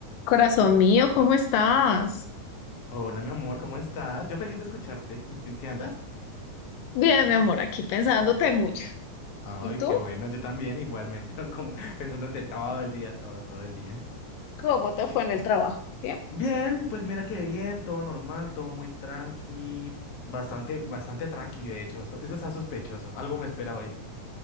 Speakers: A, on the left (about 80°); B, on the left (about 50°).
A: Corazón mío, ¿cómo estás?
B: Hola, mi amor, ¿cómo estás? Yo feliz de escucharte. ¿Y tú en qué andas?
A: Bien, mi amor, aquí pensándote mucho.
B: Ay,
A: ¿Y tú?
B: qué bueno. Yo también, igualmente, <laughs> como pensándote todo el día, todo, todo el día.
A: ¿Cómo te fue en el trabajo? Bien.
B: Bien, pues mira que bien, todo normal, todo muy tranqui, bastante, bastante tranqui, de hecho. Eso, eso está sospechoso. Algo me espera hoy.